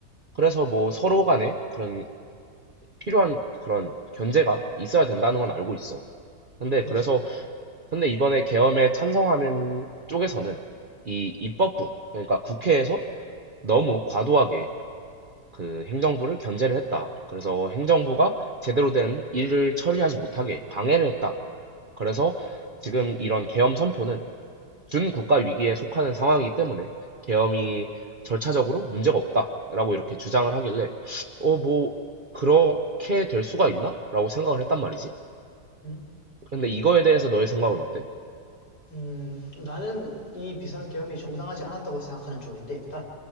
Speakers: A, on the right; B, on the left.
A: 그래서 뭐 서로 간에 그런 필요한 그런 견제가 있어야 된다는 건 알고 있어. 근데
B: 그치?
A: 그래서, 근데 이번에 계엄에 찬성하는 쪽에서는 이 입법부, 그러니까 국회에서 너무 과도하게 그 행정부를 견제를 했다. 그래서 행정부가 제대로 된 일을 처리하지 못하게 방해를 했다. 그래서 지금 이런 계엄 선포는 준국가 위기에 속하는 상황이기 때문에 계엄이 절차적으로 문제가 없다라고 이렇게 주장을 하길래 어, 뭐 그렇게 될 수가 있나? 라고 생각을 했단 말이지.
B: 음,
A: 근데 이거에 대해서 너의 생각은 어때?
B: 음, 나는 이 비상계엄이 정당하지 않았다고 생각하는 쪽인데 일단